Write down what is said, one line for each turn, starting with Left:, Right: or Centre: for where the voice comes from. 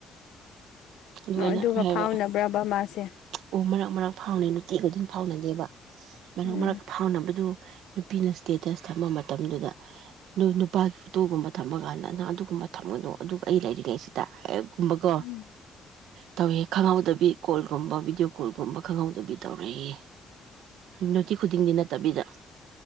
Right: ꯑꯗꯨ
Left: ꯑꯣ
Right: ꯑꯩꯅ
Left: ꯑꯗꯨꯒ
Right: ꯍꯥꯏꯕ
Left: ꯐꯥꯎꯅꯕ꯭ꯔꯕ ꯃꯥꯁꯦ
Right: ꯑꯣ ꯃꯔꯛ ꯃꯔꯛ ꯐꯥꯎꯅꯩ ꯅꯨꯇꯤ ꯈꯨꯗꯤꯡ ꯐꯥꯎꯅꯗꯦꯕ ꯃꯔꯛ
Left: ꯎꯝ
Right: ꯃꯔꯛ ꯐꯥꯎꯅꯕꯗꯨ ꯅꯨꯄꯤꯅ ꯏꯁꯇꯦꯇꯁ ꯊꯝꯕ ꯃꯇꯝꯗꯨꯗ ꯗꯨ ꯅꯨꯄꯥꯒꯤ ꯐꯣꯇꯣꯒꯨꯝꯕ ꯊꯝꯕ ꯒꯥꯟꯗ ꯅꯪ ꯑꯗꯨꯒꯨꯝꯕ ꯊꯝꯒꯅꯨ ꯑꯗꯨꯒ ꯑꯩ ꯂꯩꯔꯤꯉꯩꯁꯤꯗ <unintelligible> ꯀꯨꯝꯕꯀꯣ
Left: ꯎꯝ
Right: ꯇꯧꯋꯦ ꯈꯪꯍꯧꯗꯕꯤ ꯀꯣꯜꯒꯨꯝꯕ ꯕꯤꯗꯤꯌꯣ ꯀꯣꯜꯒꯨꯝꯕ ꯈꯪꯍꯧꯗꯕꯤ ꯇꯧꯔꯦꯌꯦ ꯅꯨꯇꯤ ꯈꯨꯗꯤꯡꯗꯤ ꯅꯠꯇꯕꯤꯗ